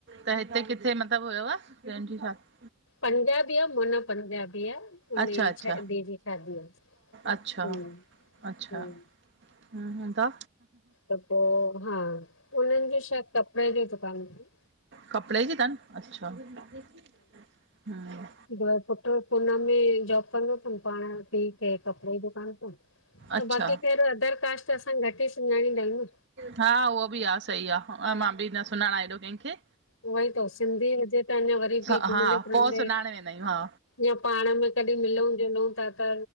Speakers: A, on the right; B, on the left.
A: त हिते किथे मतलब हुयव फ्रेंड जी शादी?
B: पंजाबी आ मोना पंजाबी आ। हुनजी
A: अच्छा- अच्छा,
B: छ धीअ जी शादी आ
A: अच्छा
B: हम्म
A: -अच्छा,।
B: हम्म
A: हुं, हुंदा।
B: त पो हा, उनन जो शायद कपड़े जो दुकान तन।
A: कपड़े जी तनि अच्छा हम्म
B: ब पुट्रु पूना में जॉब कंदो तनि, पांण। ठीक है कपड़े जी दुकान तनि,
A: अच्छा
B: बाक़ी ख़ैर अदर कास्ट असां घट ई सुञाणींदा आहियूं न।
A: हा उहो भी आ सही आ अ मां भी न सुञांणां एॾो केंखे।
B: उहो ई त सिंधी हुजे त अंञां वरी भी
A: हा
B: घुमंदे
A: हा
B: फिरंदे
A: पोइ सुञाणे वेंदा आहियूं हा
B: या पांण में कॾहिं मिलंउ जुलंउ ता त